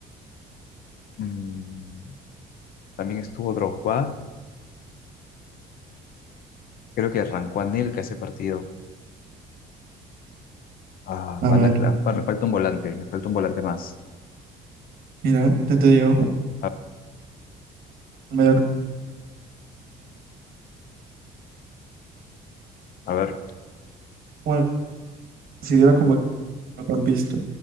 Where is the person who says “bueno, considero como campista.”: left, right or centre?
Right